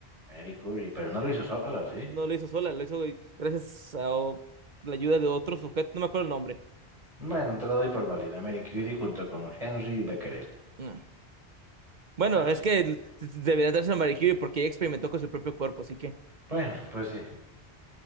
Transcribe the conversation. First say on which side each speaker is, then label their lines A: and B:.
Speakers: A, on the right; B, on the right.
A: Marie Curie, pero no lo hizo solo, ¿sí?
B: No lo hizo sola, lo hizo gracias a o- la ayuda de otro sujeto, no me acuerdo el nombre.
A: Bueno, te lo doy por válida. Marie Curie junto con Henry Becquerel,
B: Mm. Bueno,
A: pero
B: es
A: sí.
B: que debería darse a Marie Curie porque ella experimentó con su propio cuerpo, así que
A: Bueno, pues sí.